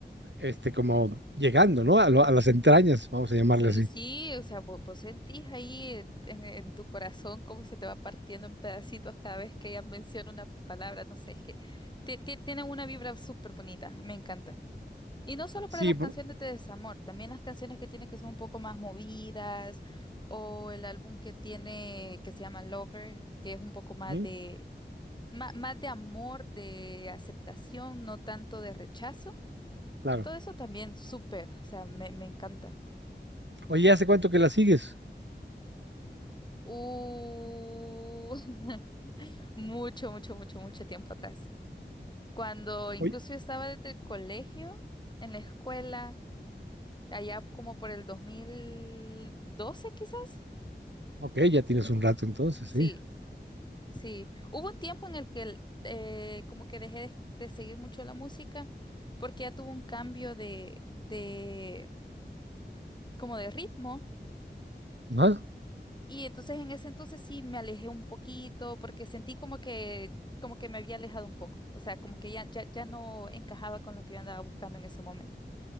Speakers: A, on the right; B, on the left.
A: este, como llegando, ¿no? A, lo- a las entrañas, vamos a llamarle
B: Mm,
A: así.
B: Sí, o sea, vo- vos, sentís ahí eh, en, en tu corazón cómo se te va partiendo en pedacitos cada vez que ella menciona una palabra, no sé, es que ti- ti- tiene una vibra súper bonita, me encanta. Y no solo
A: Sí,
B: para las
A: por-
B: canciones de desamor, también las canciones que tiene que son un poco más movidas, o el álbum que tiene que se llama Lover, que es un poco más
A: ujú,
B: de, ma- más de amor, de aceptación, no tanto de rechazo.
A: claro.
B: Todo eso también súper, o sea, me me encanta.
A: Oye, ¿hace cuánto que la sigues?
B: Uh, <laughs> mucho, mucho, mucho, mucho tiempo atrás. Cuando incluso
A: Oye,
B: yo estaba desde el colegio, en la escuela, allá como por el 2012 quizás.
A: ok, ya tienes un rato entonces,
B: Sí,
A: sí.
B: sí. Hubo un tiempo en el que el- eh, como que dejé de, de seguir mucho la música porque ya tuvo un cambio de, de, como de ritmo.
A: Ajá.
B: Y entonces en ese entonces sí me alejé un poquito porque sentí como que, como que me había alejado un poco. O sea, como que ya, ya, ya no encajaba con lo que yo andaba buscando en ese momento.